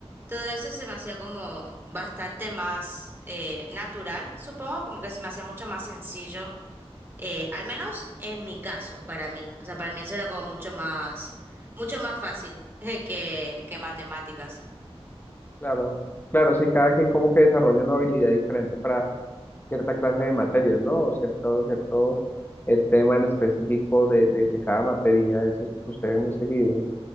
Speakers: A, on the right; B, on the left.
A: todo eso se me hacía como bastante más eh, natural, supongo, como que se me hacía mucho más sencillo, eh, al menos en mi caso, para mí, o sea, para mí eso era como mucho más, mucho más fácil <laughs> que, que matemáticas.
B: Claro, claro, sí, cada quien como que desarrolla una habilidad diferente para cierta clase de materias, ¿no? O cierto, cierto eh, tema en específico de, de, de cada materia, eso sucede muy seguido.